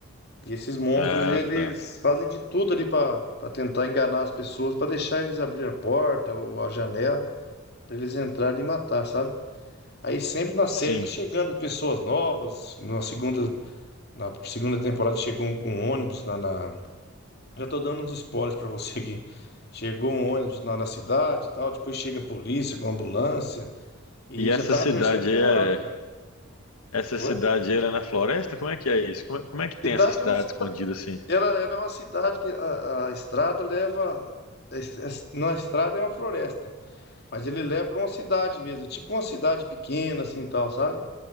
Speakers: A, on the left; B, on the left.
A: E esses monstros,
B: Ah,
A: eles
B: tá.
A: fazem de tudo ali para tentar enganar as pessoas, para deixar eles abrir a porta ou a janela, para eles entrarem e matar, sabe? Aí sempre na série
B: Sim.
A: tá chegando pessoas novas. Na segunda, na segunda temporada chegou um, um ônibus na, na- Já tô dando uns spoilers para você aqui. Chegou um ônibus na, na cidade e tal, depois chega a polícia com ambulância. E
B: E essa
A: já tá
B: cidade
A: na terceira temporada,
B: aí
A: cara.
B: é. Essa
A: Oi?
B: cidade aí ela é na floresta? Como é que é isso? Como é, como é que tem
A: Cidade
B: essa cidade
A: é uma,
B: escondida assim?
A: Ela, ela é uma cidade que a, a estrada leva. é- é- Na estrada é uma floresta, mas ele leva para uma cidade mesmo, é tipo uma cidade pequena, assim tal, sabe?